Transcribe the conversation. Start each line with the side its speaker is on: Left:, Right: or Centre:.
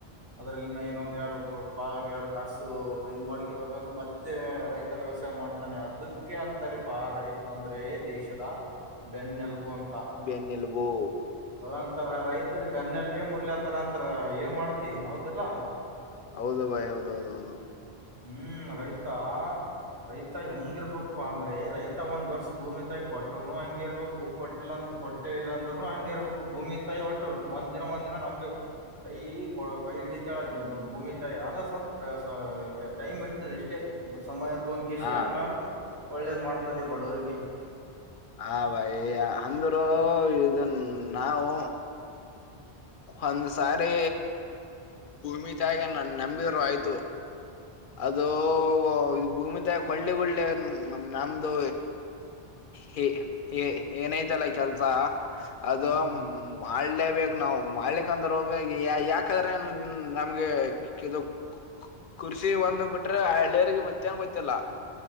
Right: ಅದ್ರಲ್ಲಿನ ಏನೊಂದ ಎರಡು ಪ ಎರಡು ಕಾಸು ಇದು ಮಾಡ್ಕೇಬೇಕಂತ ಮತ್ತೆ ರೈತ ವ್ಯವಸ ಮಾಡ್ತಾನೆ ಅದಕ್ಕೆ ಅಂತಾರೆಪಾ ರೈತ ಅಂದ್ರೆ ದೇಶದ ಬೆನ್ನನೆಲುಬು ಅಂತ
Left: ಬೆನ್ನೆಲುಬು
Right: ಅಂತರ ರೈತರಿ ಬೆನ್ನೆಲ್ಲಭೆ ಮುರ್ಲಾಕತ್ತಾರ ಅಂತರ ಏನ್ ಮಾಡ್ತಿ ಹೌದಲ್ಲ.
Left: ಹೌದು ಬಾಯ್ ಹೌದ ಹೌದೌದು
Right: ಹ್ಮ್ ರೈತಾ ರೈತ ಹೆಂಗ ಇರ್ಬೇಕಪ್ಪಾ ಅಂದ್ರೆ ರೈತ ಒಂದ್ ವರ್ಷ ಭೂಮಿ ತಾಯಿ ಕೊಟ್ರನು ಹಂಗಿರ್ಬೇಕು ಕೊಟ್ಟಿಲ್ಲಂದರೂ ಕೊಟ್ಟೆ ಇಲ್ಲಾಂದ್ರುನು ಹಂಗಿ ಇರ್ಬೇಕು ಭೂಮಿ ತಾಯಿ ಒಟ್ರು ಒಂದ್ ದಿನ ಒಂದ್ ದಿನ ನಂಬ್ ಕೈ ಕೊ ಕೈ ಹಿಡಿತಾಳ ಭೂಮಿ ತಾಯ ಅಂದ್ರ ಸ್ವಲ್ಪ ಟೈಮ್ ಇಡ್ತದೆ ಎಷ್ಟೇ ಸಮಯ ತೊಂದ ಕೆಸಿ
Left: ಹಾ
Right: ಆಮ್ಯಾಲ ಒಳ್ಳೇದ್ ಮಾಡ್ತದೆ ಬಡವರಿಗೆ
Left: ಹ ಭಯ ಅಂದರು ಇದನ್ ನಾವು ಒಂದು ಸಾರಿ ಭೂಮಿ ತಾಯಗ ನನ್ ನಂಬಿದ್ರು ಆಯ್ತು. ಅದು ಇದು ಭೂಮಿ ತ ಕೊಳ್ಳಿಗಳ್ಳಿ ನಮ್ದು. ಹ ಏನೈತಲ್ಲ ಕೆಲ್ಸ ಅದು
Right: ಹ್ಮ್
Left: ಮಾಡಲೇಬೇಕ. ನಾವು ಮಾಡ್ಲಿಕ್ಕೆಂದ ಯಾಕ್ರೆ ನಮ್ಗೆ ಕು. <unintelligible> ಖುಷಿ ಒಂದು ಬಿಟ್ರೆ ಹಳ್ಳಿಯರಿಗೆ ಮತ್ತನ್ ಗಯ್ತಲ್ಲ.